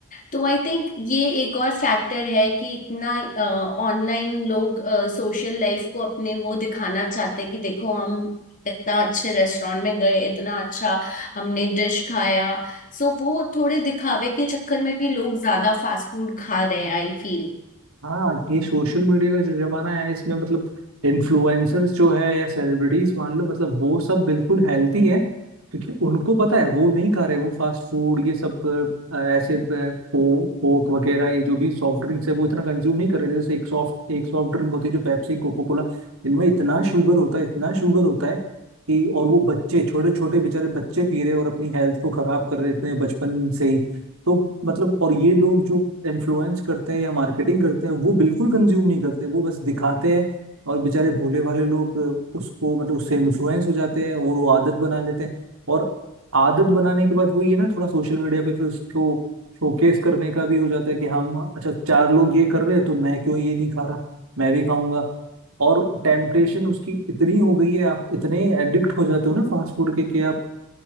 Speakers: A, on the left; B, on the right.
A: तो आई थिंक ये एक और फैक्टर है कि इतना ऑनलाइन लोग सोशल लाइफ को अपने वो दिखाना चाहते हैं कि देखो हम इतना अच्छे रेस्टोरेंट में गए इतना अच्छा हमने डिश खाया सो वो थोड़े दिखावे के चक्कर में भी लोग ज्यादा फास्ट फूड खा रहे हैं आई फील
B: हाँ ये सोशल मीडिया का जो जमाना है इसमें मतलब इन्फ्लुएंसर्स जो है या सेलिब्रिटीज मान लो मतलब वो सब बिल्कुल हेल्थी है क्योंकि उनको पता है वो नहीं खा रहे वो फास्ट फूड ये सब अ, ऐसे कोक कोक वगैरह ये जो भी सॉफ्ट ड्रिंक्स है वो इतना कंज्यूम नहीं कर रहे जैसे एक सॉफ्ट एक सॉफ्ट ड्रिंक होती है जो पेप्सी कोको कोला इनमें इतना शुगर होता है इतना शुगर होता है कि और वो बच्चे छोटे छोटे बेचारे बच्चे पी रहे हैं और अपनी हेल्थ को खराब कर रहे हैं इतने बचपन से ही तो मतलब और ये लोग जो इन्फ्लुएंस करते हैं या मार्केटिंग करते हैं वो बिल्कुल कंज्यूम नहीं करते वो बस दिखाते हैं और बेचारे भोले भाले लोग अ, उसको मतलब उससे इन्फ्लुएंस हो जाते हैं और वो आदत बना लेते हैं और आदत बनाने के बाद वो ये ना थोड़ा सोशल मीडिया पे फिर उसको शोकेस करने का भी हो जाता है कि हम अच्छा चार लोग ये कर रहे हैं तो मैं क्यों ये नहीं खा रहा मैं भी खाऊंगा और टेम्पटेशन उसकी इतनी हो गई है आप इतने एडिक्ट हो जाते हो ना फास्ट फूड के कि आप